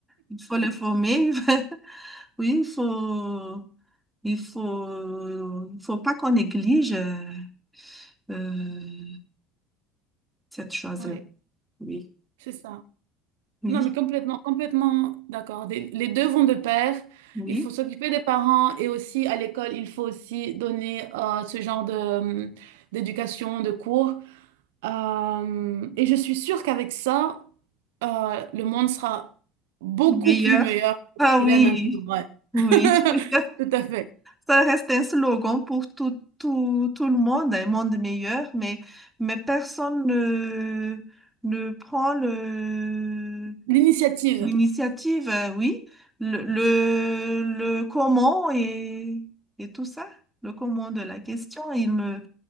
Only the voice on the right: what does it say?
Oui,
c'est ça.
Non, mais complètement, complètement d'accord. Des- Les deux vont de pair.
Il faut s'occuper des parents et aussi à l'école, il faut aussi donner euh, ce genre de, euh, d'éducation, de cours Euh, et je suis sûre qu'avec ça, euh, le monde sera beaucoup
plus meilleur
qu'il
est maintenant. Ouais.
<laughs>
Tout à fait.
L'initiative.